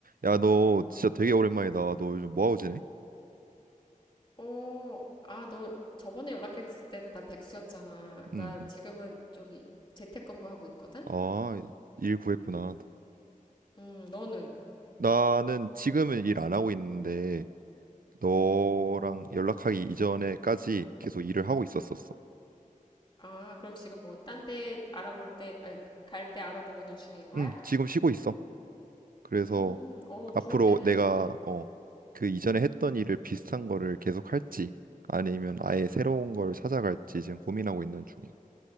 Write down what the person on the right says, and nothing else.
야, 너 진짜 되게 오랜만이다. 너 요즘 뭐하고 지내?
응. 응.
아, 일 구했구나.
나는 지금은 일 안 하고 있는데 너랑
연락하기 이전에까지 계속 일을 하고 있었었어.
응 지금 쉬고 있어. 그래서
앞으로
내가 어, 그 이전에 했던 일을 비슷한 거를 계속 할지 아니면 아예 새로운 걸 찾아갈지 지금 고민하고 있는 중이야.